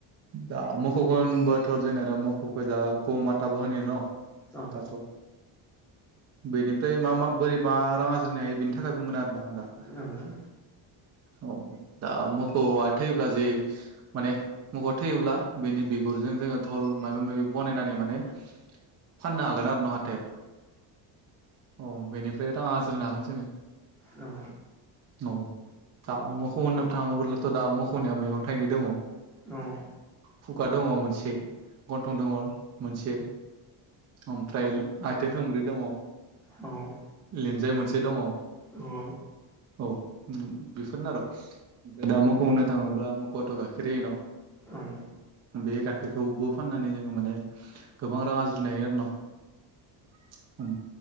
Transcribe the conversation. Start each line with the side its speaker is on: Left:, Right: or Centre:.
Right: दा मोखौखो होनबाथ' जोंनिया दा मोखौखो दा गौ माताबो होनो न'
Centre: औ
Right: दाथ' बेनिफ्राय मा मा बोरैबा रां आरज्रिनो हायो बेनि थाखाय बुंगोन आरोना आं दा
Centre: औ
Right: औ दा मोखौआ थैयोब्ला जि माने मोखौआ थैयोब्ला बिनि बि बिगुरजों जोङो धल माबा माबि बानायनानै माने फाननो हागोन आरो नो हाथायाव अ बेनिफ्राय रां आरज्रिनो हागोन जोङो।
Centre: औ
Right: औ दा मोसौ होननो थाङोबोलाथ' दा मोसौनिया मेगन थाइनै दङ।
Centre: औ
Right: खुगा दङ मोनसे गन्थं दङ मोनसे ओमफ्राय आथिं थोंब्रै दङ।
Centre: औ
Right: लिन्जाय मोनसे दङ।
Centre: औ।
Right: औ बेफोरनो आर' ओमफ्राय दा मोखौ होननो थाङोब्ला मोखौआथ' गाखेर होयो न
Centre: ओं
Right: बे गाइखेरखौबो फाननानै जोङो मो माने गोबां रां आरज्रिनो हायो आरो न